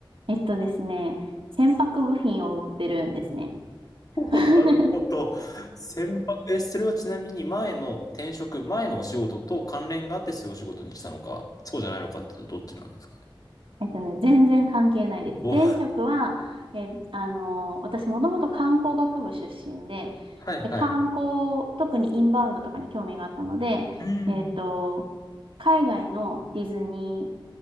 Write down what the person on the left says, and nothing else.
おーなるほど。千万、え、それはちなみに前の転職、前のお仕事と関連があってそういうお仕事にしたのか、そうじゃないのかってどっちなんですかね。
お、
は
いはい。
うん。